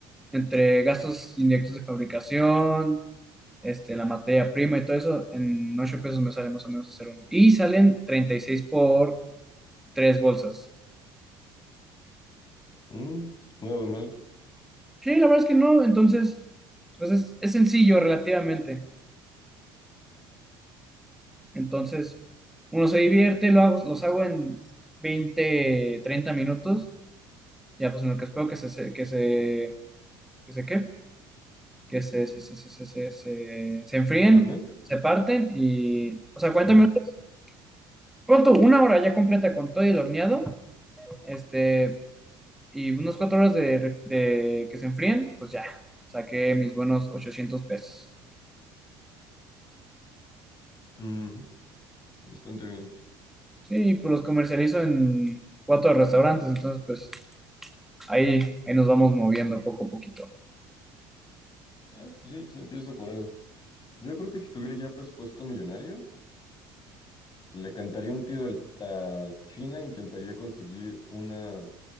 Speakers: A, in the centre; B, on the left.
A: Entre gastos indirectos de fabricación, este, la materia prima y todo eso, en 8 pesos me sale más o menos hacer uno. Y salen 36 por 3 bolsas.
B: Mm, nada mal.
A: Sí, la verdad es que no, entonces, pues es, es sencillo relativamente. Entonces, uno se divierte, lo hago, los hago en 20 30 minutos, ya pues en lo que espero que se, se- que se, que se, ¿qué? Que se, se, se, se, se, se, se- se enfríen,
B: ¿Jornal?
A: se parten y, o sea, 40
B: Ajá.
A: minutos, pronto, una hora ya completa con todo y el horneado, este, y unos 4 horas de, ref- de que se enfríen, pues ya, saqué mis buenos ochocientos pesos.
B: Ujú, Bastante bien.
A: Sí, pues los comercializo en cuatro restaurantes, entonces pues ahí, ahí nos vamos moviendo poco a poquito.
B: Ah, pues sí, se empieza por algo. Yo creo que si tuviera ya presupuesto millonario, Le cantaría un tiro al- a China, intentaría conseguir una,